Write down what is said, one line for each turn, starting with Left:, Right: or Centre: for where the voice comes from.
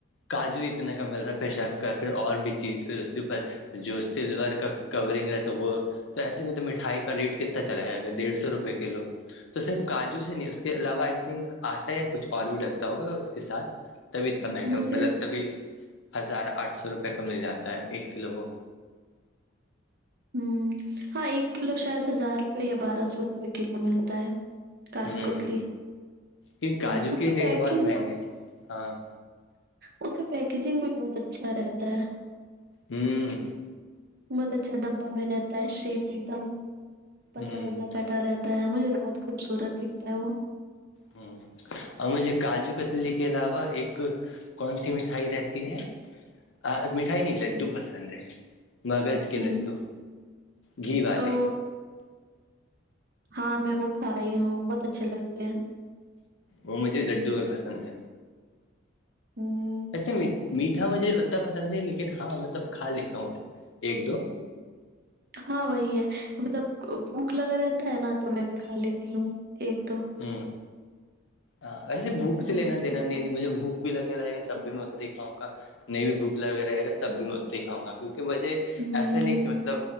Left: کاجو اتنا کا مل رہا ہے پھرشک کر پھر اور بھی چیز پھر اس اسوپر جو سلور کا کورنگ رہتا وہ تو ایسے میں تو مٹھائی کا ریٹ کتنا چلائے گ ڈیڑھ سو روپئے کلو تو صرف کاجو سے نہیں اس کے علاوہ آئی تھنک آٹا یا کچھ اور بھی ڈلتا ہوگا اس کے ساتھ تبھی اتنا مہنگا
Right: مجھے
Left: مطلب تبھی ہزار آٹھ سو روپے کا مل جاتا ہے ایک کلو وہ
Right: ہ ہاں ایک کلو شاید ہزار روپئے یا بارہ سو روپئے کلو ملتا ہے کاجو
Left: ہوں
Right: کتلی
Left: ہ یہ
Right: ہوں،
Left: کاجو
Right: اس
Left: کے
Right: کا
Left: ریٹ
Right: پیکنگ
Left: بہت مہنگے ہیں ہاں
Right: اس کا پیکیجنگ بھی بہت اچھا رہتا ہے
Left: ہوں
Right: بہت اچھا اچھا ڈبا میں رہتا ہے شیٹ ایک دم پتلا
Left: ہوں
Right: بتلا کر رہتا ہے مجھے بہت خوبصورت دکھتا ہے وہ
Left: ہاں اور مجھے کاجو کتلی کے علاوہ ایک کون سی مٹھائی رہتی ہے ہم مٹھائی نہیں لڈو پسند ہے مغذ کے
Right: ہوں،
Left: لڈو گھی والے
Right: او ہاں میں وہ کھاائی ہوں بہت اچھے لگتے ہیں
Left: وہ مجھے لڈو میں پسند ہے
Right: ہوں،
Left: ایسے میٹھا مجھے اتنا پسند ہے لیکن ہاں مطلب کھا لیتا ہوں ایک دو
Right: ہاں وہی ہے مطلب بھوک لگا رہتا ہے نا تو میں بھی کھا لیتی ہوں ایک دو
Left: ہوں ہاں ایسے بھوک
Right: ہوں،
Left: سے لینا دینا نہیں مجھےھوک بھی لگے رہے گا تب بھی میں اتتے ہی کھؤ گا نہیں بھی بھوک لگا رہے گا تب بھی میں اتتے ہی کھاؤں گا کیونکہ مجھے
Right: ہوں،
Left: ایسا نہیں کہ مطلب